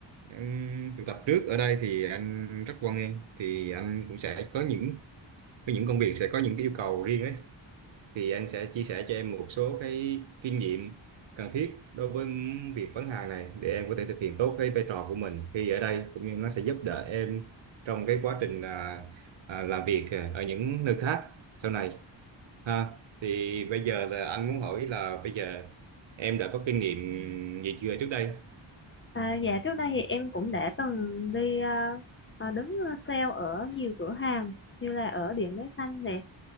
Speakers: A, on the right (about 70°); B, on the left (about 25°).
A: ừm, thực tập trước ở đây thì anh rất hoan nghênh thì anh cũng sẽ có những có những công việc sẽ có những cái yêu cầu riêng ấy thì anh sẽ chia sẻ cho em một số cái kinh nghiệm cần thiết đối với việc bán hàng này để em có thể thực hiện tốt cái vai trò của mình khi ở đây cũng như nó sẽ giúp đỡ em trong cái quá trình à, à, làm việc à, ở những nơi khác sau này ha thì bây giờ là anh muốn hỏi là bây giờ em đã có kinh nghiệm gì chưa trước đây
B: À, dạ trước đây thì em cũng đã từng đi à, à, đứng à, sale ở nhiều cửa hàng như là ở Điện Máy Xanh nè